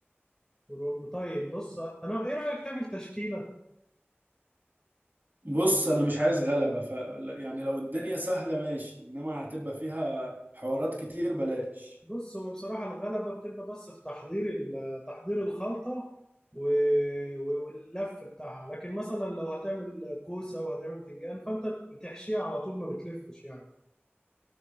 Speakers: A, on the left (about 20°); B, on the right (about 50°).
A: كرنب طيب بص انا ايه رأيك تعمل تشكيلة
B: بص انا مش عايز غلبة ف يعني لو الدنيا سهلة ماشي انما هتبقى فيها حوارات كتير بلاش
A: بص هو بصراحة الغلبة بتبقى بس في تحضير ال- تحضير الخلطة و- و- واللف بتاعها لكن مثلا لو هتعمل كوسة وهتعمل بتنجان فأنت بتحشيها على طول ما بتلفش يعني